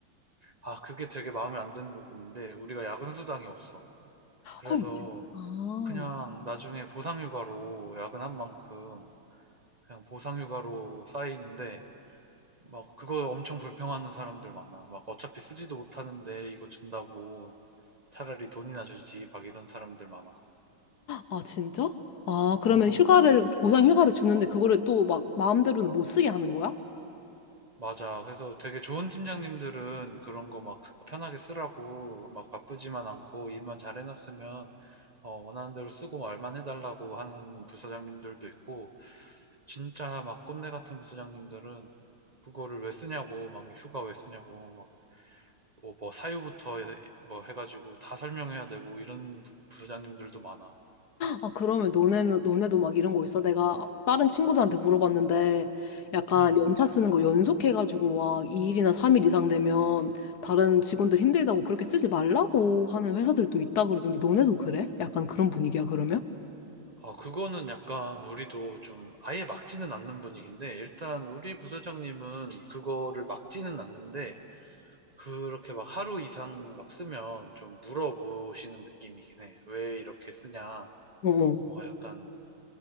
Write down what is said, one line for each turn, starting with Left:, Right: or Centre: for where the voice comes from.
Right: 아, 그게 되게 마음에 안 드는 부분인데 우리가 야근 수당이 없어. 그래서
Left: 헐, 진- 아,
Right: 그냥 나중에 보상휴가로 야근한 만큼 그냥 보상휴가로 쌓이는데 막 그거 엄청 불평하는 사람들 많아. 막 어차피 쓰지도 못하는데 이거 준다고 차라리 돈이나 주지 막 이런 사람들 많아.
Left: 아, 진짜? 아, 그러면
Right: 음.
Left: 휴가를, 보상 휴가를 주는데 그거를 또 막 마음대로는 못 쓰게 하는 거야?
Right: 맞아. 그래서 되게 좋은 팀장님들은 그런 거 막 편하게 쓰라고 막 바쁘지만 않고 일만 잘 해놨으면 어, 원하는 대로 쓰고 말만 해달라고 하는 부서장님들도 있고 진짜 막 꼰대 같은 부서장님들은 그거를 왜 쓰냐고 막 휴가 왜 쓰냐고 막 뭐 뭐 사유부터 뭐 해가지고 다 설명해야 되고 이런 부- 부서장님들도 많아.
Left: 아, 그러면 너네는, 너네도 막 이런 거 있어? 내가 다른 친구들한테 물어봤는데, 약간
Right: 음.
Left: 연차 쓰는 거 연속해가지고 막 2일이나 3일 이상 되면 다른 직원들 힘들다고 그렇게 쓰지 말라고 하는 회사들도 있다 그러던데, 너네도 그래? 약간 그런 분위기야, 그러면?
Right: 아, 그거는 약간 우리도 좀 아예 막지는 않는 분위기인데, 일단 우리 부서장님은 그거를 막지는 않는데, 그렇게 막 하루 이상 막 쓰면 좀 물어보시는 느낌이긴 해. 왜 이렇게 쓰냐.
Left: 어.
Right: 뭐 약간,